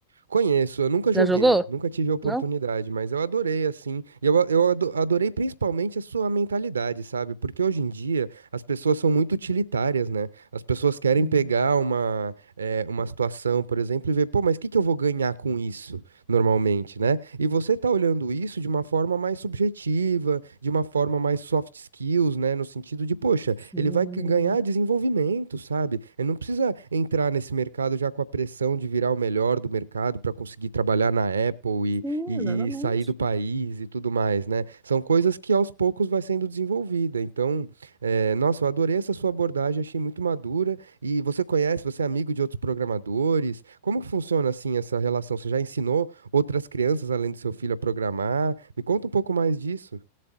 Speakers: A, on the right; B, in the centre.
A: Conheço, eu nunca joguei,
B: Já jogou?
A: nunca tive a oportunidade,
B: Não?
A: mas eu adorei, assim, e eu, a- eu ado- adorei principalmente a sua mentalidade, sabe? Porque hoje em dia as pessoas são muito utilitárias, né? As pessoas querem
B: Hum,
A: pegar uma, eh, uma situação, por exemplo, e ver, pô, mas o que que eu vou ganhar com isso? normalmente, né? E você tá olhando isso de uma forma mais subjetiva, de uma forma mais soft skills, né? No sentido de, poxa,
B: Sim,
A: ele vai c- ganhar desenvolvimento, sabe? Ele não precisa entrar nesse mercado já com a pressão de virar o melhor do mercado para conseguir trabalhar na Apple e,
B: sim,
A: e,
B: exatamente.
A: e sair do país e tudo mais, né? São coisas que aos poucos vai sendo desenvolvida. Então, eh, nossa, eu adorei essa sua abordagem, achei muito madura. E você conhece, você é amigo de outros programadores? Como que funciona assim essa relação? Você já ensinou outras crianças além do seu filho a programar? Me conta um pouco mais disso.